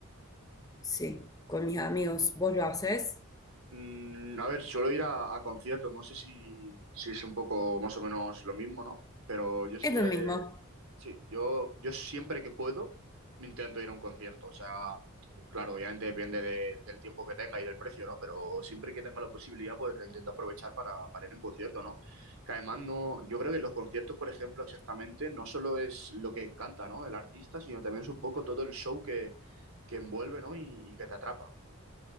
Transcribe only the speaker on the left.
sí, con mis amigos. ¿Vos lo haces?
Es
lo mismo.